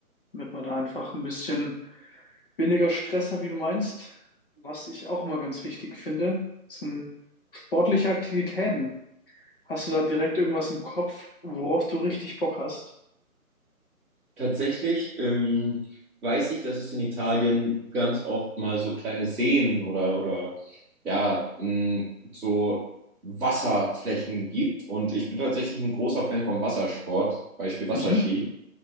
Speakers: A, on the left; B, in the centre.
A: damit wir da einfach ein bisschen Weniger Stress hat, wie du meinst, was ich auch immer ganz wichtig finde, sind sportliche Aktivitäten. Hast du da direkt irgendwas im Kopf, worauf du richtig Bock hast?
B: Tatsächlich ähm, weiß ich, dass es in Italien ganz oft mal so kleine Seen oder, oder ja, mh, so Wasserflächen gibt. Und ich bin tatsächlich ein großer Fan vom Wassersport, Beispiel Wasserski.
A: Mhm.